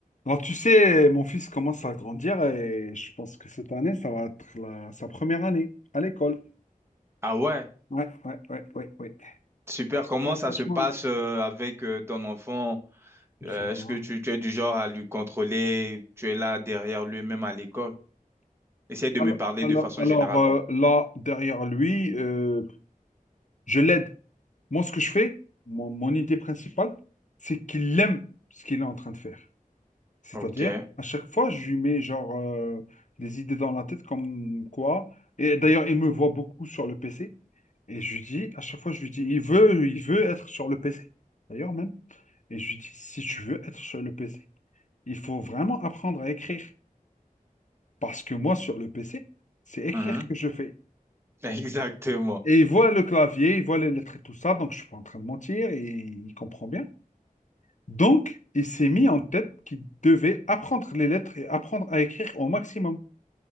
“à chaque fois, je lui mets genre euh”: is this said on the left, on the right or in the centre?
Left